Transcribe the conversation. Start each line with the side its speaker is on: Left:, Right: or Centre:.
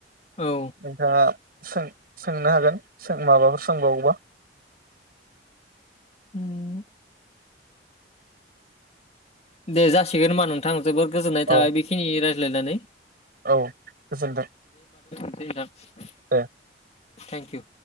Left: औ
Right: नोंथाङा सों सोंनो हागोनों माबाफोर सोंबावोबा।
Left: होम दे जासिगोन होनबा नोंथां जोबोर गोजोननाय
Right: औ
Left: थाबाय बेखिनि राय लायनानै
Right: औ गोजोन्थों
Left: <unintelligible>
Right: दे
Left: थेंक इउ